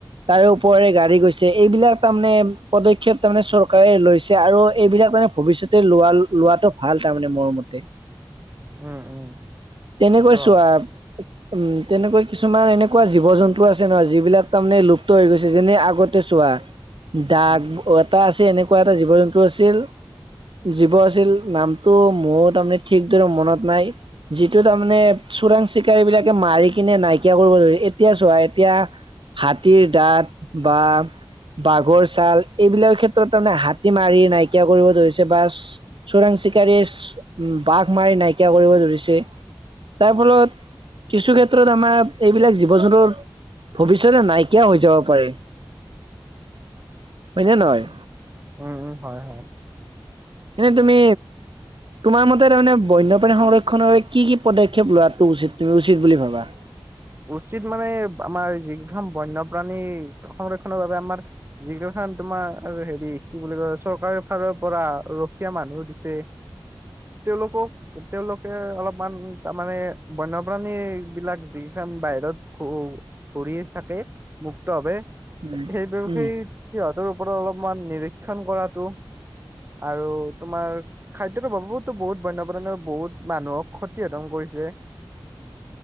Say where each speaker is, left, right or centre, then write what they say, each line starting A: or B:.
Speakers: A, on the right; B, on the right.
A: তাৰে ওপৰে গাড়ী গৈছে সেইবিলাক তাৰমানে পদক্ষেপ তাৰমানে চৰকাৰে লৈছে আৰু এইবিলাক তাৰে ভৱিষ্যতে লোৱা লোৱাটো ভাল। তাৰমানে মোৰ মতে।
B: উম, উম
A: তেনেকৈ
B: সেইটো
A: চোৱা
B: হয়।
A: উম তেনেকুৱা কিছুমান এনেকুৱা জীৱ জন্তু আছে ন যিবিলাক তাৰমানে লুপ্ত হৈ গৈছে, যেনে আগতে চোৱা দাগ
B: উম
A: অটা আছ এনেকুৱা এটা জীৱ জন্তু আছিল। জীৱ আছিল নাম কিন্তু মোৰ তাৰমানে ঠিকদৰে মনত নাই। যিটো তাৰমানে চোৰাং চিকাৰী বিলাকে মাৰি কিনে নাইকিয়া কৰিব ধৰিছে, এতিয়া চোৱা এতিয়া হাতীৰ দাঁত বা বাঘৰ চাল এইবিলাক ক্ষেত্ৰত তাৰমানে হাতী মাৰি নাইকিয়া কৰিব ধৰিছে বা চোৰাং চিক <unintelligible> বাঘ মাৰি নাইকিয়া কৰিব ধৰিছে। তাৰ ফলত কিছু ক্ষেত্ৰত আমাৰ এইবিলাক জীৱ জন্তুৰ ভৱিষ্যতে নাইকিয়া হৈ যাব পাৰে, হয় নে নহয়?
B: উম, উম। হয়, হয়।
A: এনে তুমি তোমাৰ মতে তাৰমানে বন্যপ্ৰাণী সংৰক্ষণ বাবে কি কি পদক্ষেপ লোৱাটো উচিত তুমি উচিত বুলি ভাবা?
B: উচিত মানে আমাৰ যি কেইখন বন্যপ্ৰাণী সংৰক্ষনৰ বাবে আমাৰ যিকেইখন তোমাৰ হেৰি কি বুলি কয় চৰকাৰৰ ফালৰ পৰা ৰখীয়া মানুহ দিছে তেওঁলোকক, তেওঁলোকে অলপমান তাৰমানে বন্যপ্ৰাণী বিলাক যি বাহিৰত ঘূ -ঘূৰি থাকে মুক্ত ভাবে সেই
A: উম
B: ব্যৱসায়ী
A: উম
B: কি হল? তাৰ ওপৰত অলপমান নিৰীক্ষণ কৰাটো আৰু তোমাৰ খাদ্যটো বহুত বহুত বন্য, বন্য বহুত মানুহক ক্ষতি সাধন কৰিছে।